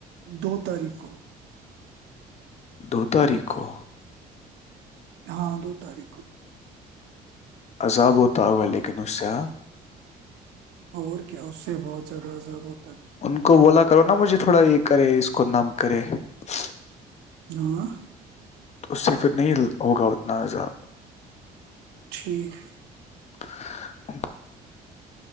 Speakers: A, on the right; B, on the left.
A: دو تاریخ کو
B: دو تاریخ کو
A: ہاں دو تاریخ کو
B: عذاب ہوتا ہوگا لیکن اس سے ہ
A: اور کیا اس سے بہت زیادہ عذاب ہو
B: ان کو بولا کرو نا مجھے تھوڑا یہ کرے اس کو کو نام کرے <unintelligible>
A: ہاں
B: تو اس سے پھر نہیں ہوگا اتنا عذاب
A: ٹھیک
B: <inaudible>